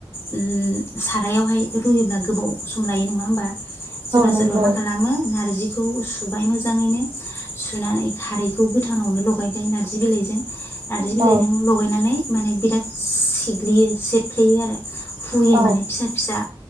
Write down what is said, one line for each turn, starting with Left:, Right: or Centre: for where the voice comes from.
Left: उम सारायावहाय रुयोब्ला गोबाव सम लायो नङा होमबा? सोरबा
Right: नंगौ
Left: सोरबा मा खालामो नारजि बेखौ सुबाय मोजाङैनो सुनानै खारैखौ गोथाङावनो लगायबाय नारजि बिलाइजों। नार्जि
Right: औ
Left: बिलाइजों लगायनानै। माने बिराद सिग्लियो सेफ्लेयो आरो फुयो
Right: औ
Left: माने फिसा फिसा।